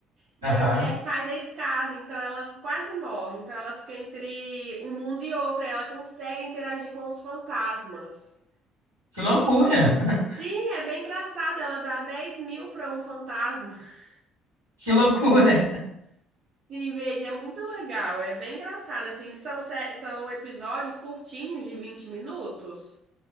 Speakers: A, on the right; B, on the right.
A: E
B: Aham.
A: a mulher cai da escada, então ela quase morre. Então ela fica entre um mundo e outro, e ela consegue interagir com os fantasmas.
B: Que loucura! <laughs>
A: Sim, é bem engraçado. Ela dá 10 mil pra um fantasma. <laughs>
B: Que loucura!
A: Sim, veja, é muito legal. É bem engraçado. Assim, são, sé- são episódios curtinhos de 20 minutos.